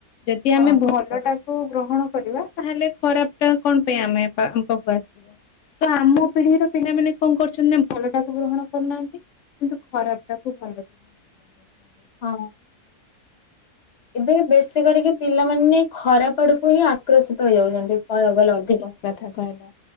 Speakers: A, on the left; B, on the left.
A: ଯଦି
B: ହଁ
A: ଆମେ ଭଲଟା କୁ ଗ୍ରହଣ କରିବା ତାହେଲେ ଖରାପଟା କଣ ପାଇଁ ଆମେ ପା ଆମ ପାଖକୁ ଆସିବ। ତ ଆମ ପିଢିର ପିଲାମାନେ କଁ କରୁଛନ୍ତି ନା ଭଲଟାକୁ ଗ୍ରହଣ କରୁନାହାନ୍ତି କିନ୍ତୁ ଖରାପଟାକୁ <unintelligible> କରୁଛନ୍ତି।
B: ହଁ ହଁ। ଏବେ ବେଶୀ କରିକି ପିଲାମାନେ ଖରାପ ଆଡୁକୁ ହିଁ ଆକ୍ରଷିତ ହେଇଯାଉଛନ୍ତି କହିଆକୁ ଗଲେ ଅଧିକ।
A: ଠିକ କଥା କହିଲେ